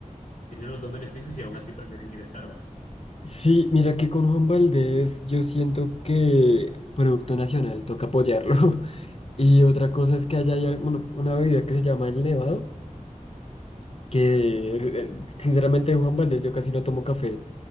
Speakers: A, on the left (about 85°); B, on the left (about 50°).
A: tienen los dos beneficios y aún así prefieren ir a Starbucks.
B: sí, mira que con Juan Valdez yo siento que Producto Nacional toca apoyarlo. <laughs> Y otra cosa es que allá hay alguna- una bebida que se llama el Nevado. que
A: Uf,
B: eh,
A: Sí.
B: eh, sinceramente Juan Valdez yo casi no tomo café,